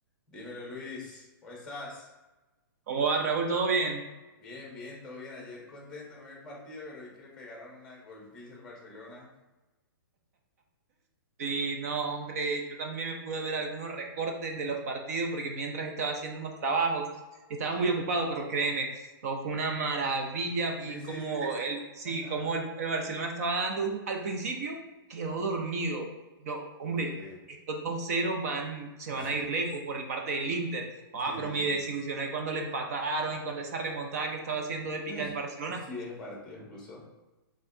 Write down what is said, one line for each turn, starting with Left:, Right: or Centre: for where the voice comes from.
Centre: Dímelo, Luis, ¿cómo estás?
Right: ¿Cómo va, Raúl? ¿Todo bien?
Centre: Bien, bien, todo bien. Ayer contento, no vi el partido, pero vi que le pegaron una golpiza al Barcelona.
Right: Sí, no, hombre, yo también me pude ver algunos recortes de los partidos porque mientras estaba haciendo unos trabajos, estaba
Centre: Sí,
Right: muy
Centre: sí.
Right: ocupado, pero créeme, todo fue una maravilla. Vi
Centre: Sí, sí,
Right: como
Centre: sí, sí.
Right: el, sí,
Centre: <laughs>
Right: como el, el Barcelona estaba dando un- al principio, quedó dormido. Yo, hombre,
Centre: Ok.
Right: estos dos 0 van, se
Centre: <laughs>
Right: van a ir lejos por el parte del Inter. Ah,
Centre: Sí,
Right: pero
Centre: sí,
Right: me
Centre: sí.
Right: desilusioné cuando le empataron y cuando esa remontada que estaba haciendo épica
Centre: Hmm.
Right: el Barcelona.
Centre: Sí, ese partido puso.